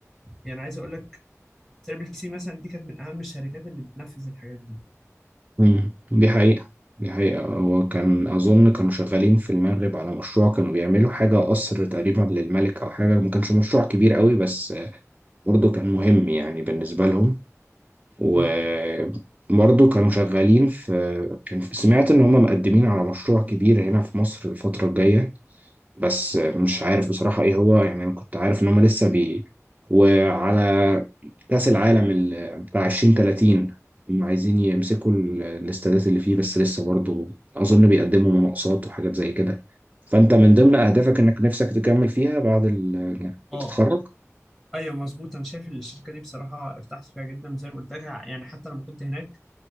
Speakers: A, in the centre; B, on the right.
A: يعني عايز اقول لك تريبل سي مثلا دي كانت من اهم الشركات اللي بتنفذ الحاجات
B: مم. دي حقيقة دي حقيقة هو كان أظن كانوا شغالين في المغرب على مشروع كانوا بيعملوا حاجة قصر تقريبا للملك أو حاجة ما كانش مشروع كبير قوي بس برضه كان مهم يعني بالنسبة لهم وبرضه
A: دي
B: كانوا شغالين في كان سمعت إن هم مقدمين على مشروع كبير هنا في مصر الفترة الجاية بس مش عارف بصراحة إيه هو يعني أنا كنت عارف إن هم لسه بي وعلى كأس العالم ال- بتاع 2030 هم عايزين يمسكوا ال- الاستادات اللي فيه بس لسه برضو أظن بيقدموا مناقصات وحاجات زي كده فأنت من ضمن أهدافك إنك نفسك تكمل فيها بعد ال- إنك
A: اه
B: تتخرج؟
A: ايوه مظبوط انا شايف ان الشركه دي بصراحه ارتحت فيها جدا زي ما قلت لك يعني حتى لما كنت هناك